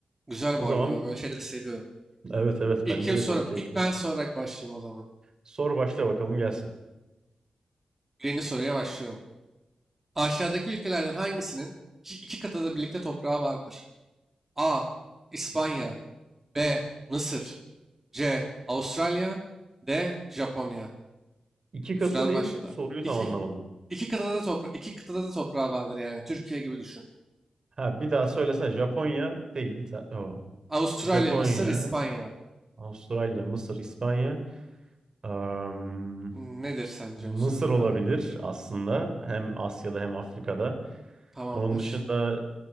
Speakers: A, on the right; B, on the right.
A: Güzel
B: O
A: bu
B: zaman
A: arada ben böyle şeyleri seviyorum.
B: evet evet
A: İlk
B: bence
A: kim
B: de
A: sonra
B: çok keyifli.
A: ilk ben sorarak başlayayım o zaman.
B: Sor başla bakalım gelsin.
A: Birinci soruya başlıyorum. Aşağıdaki ülkelerden hangisinin iki, iki kıtada da birlikte toprağı vardır? A. İspanya B. Mısır C. Avustralya D. Japonya.
B: İki katı
A: Süren
B: ne?
A: başladı.
B: Soruyu
A: İki,
B: tam anlamadım.
A: iki kıtada da topra iki kıtada da toprağı vardır yani. Türkiye gibi düşün.
B: Ha bir daha söylesene. Japonya değil. za- O.
A: Avustralya,
B: Japonya.
A: Mısır, İspanya.
B: Avustralya, Mısır, İspanya. Am,
A: Nedir sence
B: Mısır
A: bu sorunun cevabı?
B: olabilir aslında. Hem Asya'da hem Afrika'da.
A: Tamamdır.
B: Onun dışında